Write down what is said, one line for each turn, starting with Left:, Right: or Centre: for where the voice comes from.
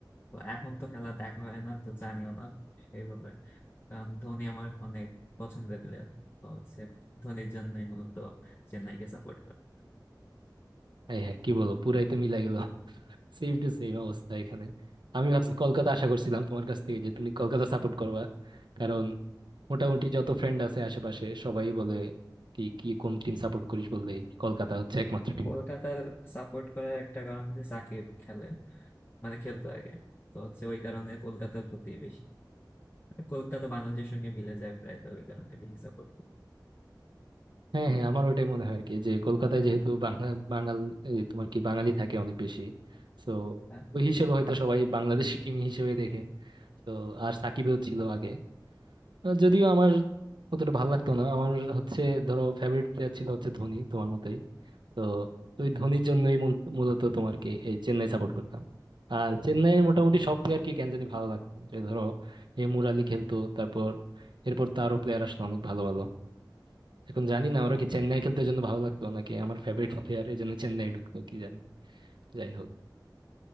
Left: তো এখন তো খেলা দেখা হয় না তো জানিও না সেইভাবে কারণ ধোনি আমার অনেক পছন্দের প্লেয়ার তো হচ্ছে ধোনির জন্যই মূলত চেন্নাইকে সাপোর্ট করা
Right: এই হ্যাঁ কি বলো পুরাই তো মিলাই গেল <laughs> সেম টু সেম অবস্থা এখানে আমি ভাবছি কলকাতা আশা করছিলাম তোমার কাছ থেকে যে তুমি কলকাতা সাপোর্ট করবা কারণ মোটামুটি যত ফ্রেন্ড আছে আশেপাশে সবাই বলে কি কি কোন টিম সাপোর্ট করিস বললেই কলকাতা হচ্ছে একমাত্র টিম
Left: কলকাতার সাপোর্ট করার একটা কারণ হচ্ছে সাকিব খেলে মানে খেলতো আগে তো হচ্ছে ওই কারণে কলকাতার প্রতি বেশি মানে কলকাতা বাংলাদেশের সঙ্গে মিলে যায় প্রায় তো ওই কারণে বেশি সাপোর্ট করি
Right: হ্যাঁ হ্যাঁ আমার ওটাই মনে হয় আর কি যে কলকাতায় যেহেতু বাংলা বাঙাল এই তোমার কি বাঙালি থাকে অনেক বেশি তো
Left: হ্যাঁ,
Right: ওই হিসেবে হয়তো সবাই বাংলাদেশি টিম হিসেবে দেখে তো আর সাকিবেও ছিল আগে আহ, যদিও আমার অতটা ভালো লাগতো না আমার হচ্ছে ধরো ফেভারিট প্লেয়ার ছিল হচ্ছে ধোনি তোমার মতোই তো ওই ধোনির জন্যই মূল- মূলত তোমার কি এই চেন্নাই সাপোর্ট করতাম আর চেন্নাইয়ের মোটামুটি সব প্লেয়ারকে কেন জানি ভালো লাগতো যে ধরো এ মুরালি খেলতো তারপর এরপর তারও প্লেয়ার আসলো অনেক ভালো ভালো এখন জানি না ওরা কি চেন্নাই খেলতে জন্য ভালো লাগতো নাকি আমার ফেভারিট প্লেয়ার এই জন্য চেন্নাই ঢুকতো কি জানি যাই হোক